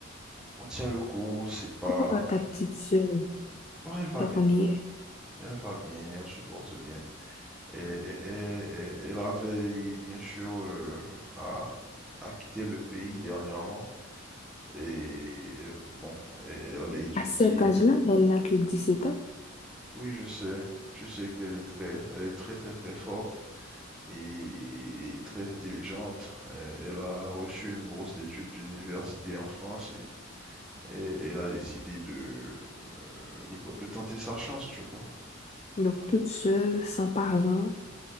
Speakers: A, in the centre; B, on the left.
A: On tient le coup, c'est pas.
B: comment va ta petite sœur?
A: Ah, elle va
B: Donc,
A: bien,
B: on y est.
A: elle va bien, elle se porte bien. Et, et, et, et- et la veille, bien sûr, euh, a, a quitté le pays dernièrement. Et euh, bon, et- et elle allait étudier.
B: À cet âge-là, elle n'a que dix-sept ans.
A: Oui, je sais, tu sais qu'elle est très, elle est très, très, très forte et très intelligente. Euh, Elle a reçu une bourse d'études d'une université en France Et elle a décidé de, euh, de, de tenter sa chance, tu vois.
B: Donc, toute seule, sans parents.